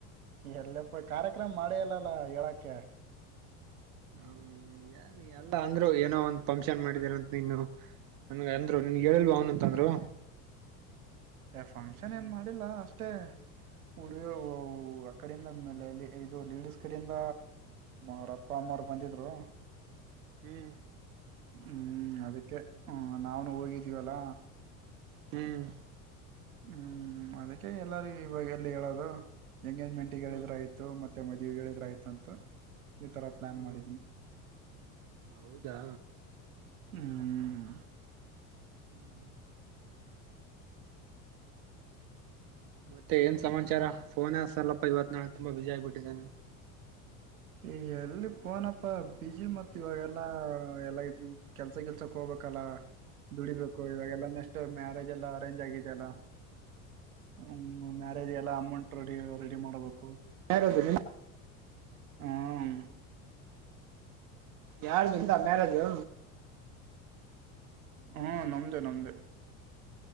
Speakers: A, on the right; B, on the right.
A: ಎಲ್ಲಪ್ಪ ಕಾರ್ಯಕ್ರಮ ಮಾಡಿಲ್ಲಲ್ಲ ಹೇಳಕ್ಕೆ
B: ಹ್ಮ ಎಲ್ಲಿ ಎಲ್ಲ ಅಂದ್ರು ಏನೋ ಒಂದ ಫಂಕ್ಷನ್ ಮಾಡಿದರಂತ ನೀನು ನಮಗ ಅಂದ್ರು ನಿನ್ಗ್ ಹೇಳಿಲ್ವ ಅವನಂತ ಅಂದ್ರು
A: ಫಂಕ್ಷನ್
B: ಹ್ಮ್
A: ಏನ್ ಮಾಡಿಲ್ಲ ಅಷ್ಟೇ ಉಡುಗ ಆ ಕಡಿಂದೇಲೆ ಇದು ಲೇಡಿಸಸ್ ಕಡಿಂದ ಅವಪ್ಪ ಅಮ್ಮ ಅವರು ಬಂದಿದ್ರು
B: ಹ್ಮ್
A: ಹ್ಮ್ ಅದಕ್ಕೆ ಹ್ಮ ನಾವನು ಹೋಗಿದ್ದೀವಲ್ಲ
B: ಹ್ಮ್
A: ಹ್ಮ್ ಅದಕ್ಕೆ ಎಲ್ಲಾರೂ ಇವಾಗ ಎಲ್ಲಿ ಹೇಳೋದು ಎಂಗೇಜ್ಮೆಂಟ್ ಹೇಳಿದ್ರ
B: ಹ್ಮ್
A: ಇದ್ದು ಮತ್ತೆ ಮದ್ವಿಗಳಿದ್ರ ಐತಿ ಅಂತ ಈ ತರ ಪ್ಲಾನ್
B: ಹ್ಮ್
A: ಮಾಡಿದೀನಿ.
B: ಹೌದಾ
A: ಹ್ಮ್
B: ಹ್ಮ್ ಹ್ಮ್. ಮತ್ತೆ ಏನ್ ಸಮಾಚಾರ ಫೋನ್ ಹಚ್ಚಲಪ್ಪ ಇವತ್ ನಾಳ ತುಂಬಾ ಬ್ಯುಜಿ ಆಗ್ಬಿಟ್ಟಿದ್ದೇ ನೀನು
A: ಈ ಎಲ್ಲಿ ಪೋನಪ್ಪ ಬಿಜಿ ಮತ್ ಇವಾಗೆಲ್ಲಾ ಎಲ್ಲ ಕೆಲ್ಸ ಗಿಲ್ಸಕ ಹೋಗ್ಬೇ ಕಲ್ಲಾ ದುಡಿಬೇಕು ಇವಾಗೆಲ್ಲ ನೆಕ್ಸ್ಟ್ ಮ್ಯಾರೇಜ್ ಎಲ್ಲಾ ಅರೇಂಜ್ ಆಗಿದೆಲ್ಲ ಹ್ಮ್ ಮ್ಯಾರೇಜ್ ಎಲ್ಲ ಅಮೌಂಟ್ ರೆಡಿ ರೆಡಿ ಮಾಡ್ಬೇಕು.
B: ಯಾರೋದು
A: ಹ್ಮ
B: ಯಾರದು ನಿಂದಾ ಮಾರ್ರಾಜು
A: ಹ್ಮ ನಮ್ದೇ ನಮ್ದೇ.